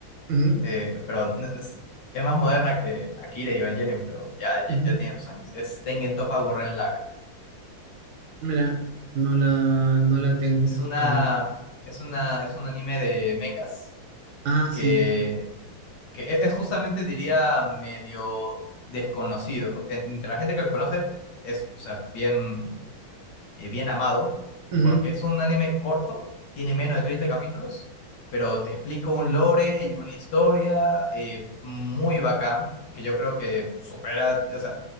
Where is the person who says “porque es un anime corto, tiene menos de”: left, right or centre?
Left